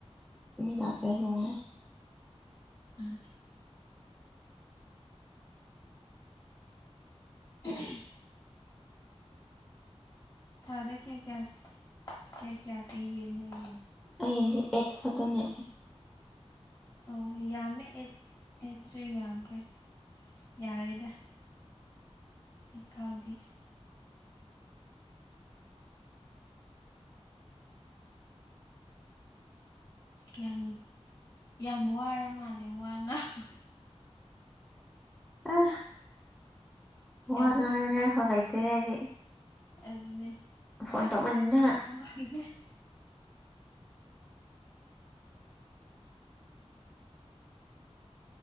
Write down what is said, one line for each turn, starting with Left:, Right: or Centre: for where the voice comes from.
Centre: ꯃꯤ ꯂꯥꯛꯠꯔ꯭ ꯗꯤ ꯅꯨꯡꯉꯥꯏꯌꯦ
Left: ꯎꯝ ꯎꯝ ꯊꯥꯗ ꯀꯌꯥ ꯀꯌꯥ ꯀꯌꯥ ꯀꯌꯥ ꯄꯤꯒꯦ ꯅꯣꯏꯒꯤ
Centre: ꯑꯩꯗꯤ ꯑꯦꯠ ꯈꯠꯇꯅꯦ
Left: ꯑꯣ ꯌꯥꯝꯃꯦ ꯑꯦꯠ ꯑꯦꯠꯁꯨ ꯌꯥꯝꯈ꯭ꯔꯦ ꯌꯥꯔꯦꯗ ꯈꯔꯥꯗꯤ ꯌꯥꯝ ꯌꯥꯝ ꯋꯥꯔ ꯃꯥꯜꯂꯦ ꯋꯥ ꯉꯥꯡ
Centre: ꯑ
Left: ꯌꯥꯝ
Centre: ꯋꯥ ꯉꯥꯡꯕ
Left: ꯇꯨꯝꯅꯤꯡ
Centre: ꯍꯩꯇꯦꯗ ꯑꯩꯗꯤ
Left: ꯑꯗꯨꯅꯦ
Centre: ꯐꯣꯟ
Left: ꯌꯥꯝ
Centre: ꯇꯧꯃꯟꯗꯅ
Left: ꯇꯨꯝꯅꯤꯡꯕ ꯃꯥꯟꯈꯔ꯭ꯦ